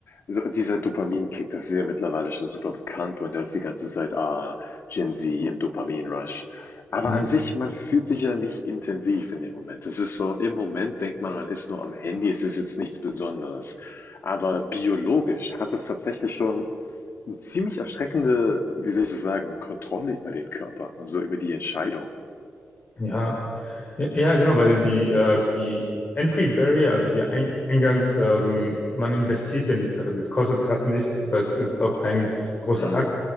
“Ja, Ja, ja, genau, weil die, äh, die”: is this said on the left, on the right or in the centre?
Left